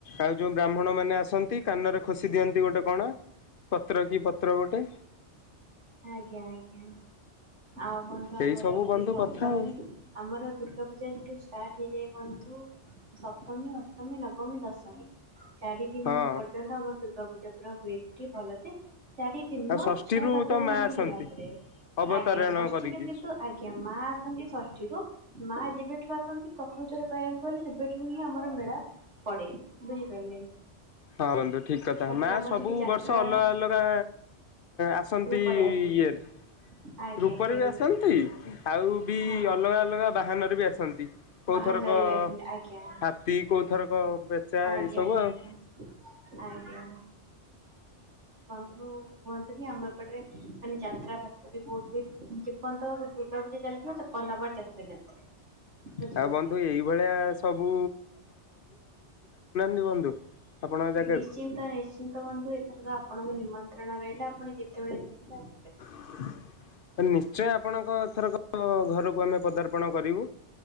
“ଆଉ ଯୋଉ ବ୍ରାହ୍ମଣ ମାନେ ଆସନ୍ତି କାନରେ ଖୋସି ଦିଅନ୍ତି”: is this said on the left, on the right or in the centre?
Left